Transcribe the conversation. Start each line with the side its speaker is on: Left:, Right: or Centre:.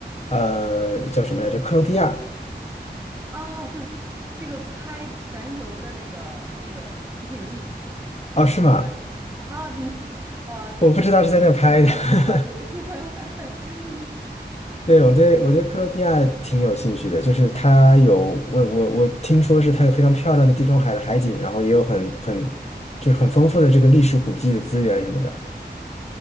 Left: 呃叫什么来着？克罗地亚
Right: 啊，对，这个拍全游的那个那个取景地，
Left: 啊，是吗？
Right: 听起来啊，你啊，对对，
Left: 我不知道是在那拍的，
Right: 他我不知道这个是，
Left: <laughs>
Right: <laughs>
Left: 对，我对我对克罗地亚挺有兴趣的，就是它有我我我听说是它有非常漂亮的地中海的海景，然后也有很很就是很丰富的这个历史古迹的资源什么的